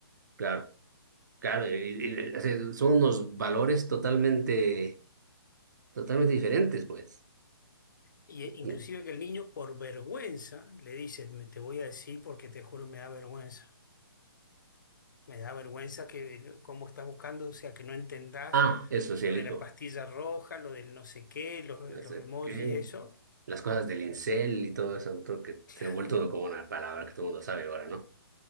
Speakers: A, on the right; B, on the left.
A: claro, claro, y- y- y- o sea, son unos valores totalmente, totalmente diferentes, pues.
B: Y eh, inclusive
A: Y-
B: que el niño por vergüenza le dice, "Me- te voy a decir porque te juro me da vergüenza. Me da vergüenza que cómo estás buscando, o sea, que no entendás
A: ah, eso sí,
B: lo
A: el
B: de
A: hijo.
B: la pastilla roja, lo del no sé qué, los,
A: No sé
B: los emojis,
A: qué.
B: eso.
A: Las cosas del incel y todo eso, creo que
B: Claro,
A: se ha vuelto como una palabra que todo el mundo sabe ahora, ¿no?